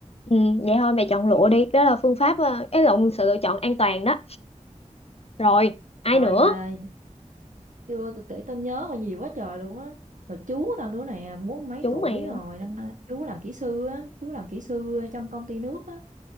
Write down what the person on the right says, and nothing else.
rồi
là chưa tôi tự tao nhớ rồi nhiều quá trời luôn á rồi chú tao nữa nè bốn mấy
tuổi
rồi năm nay chú làm kỹ sư á chú làm kỹ sư trong công ty nước á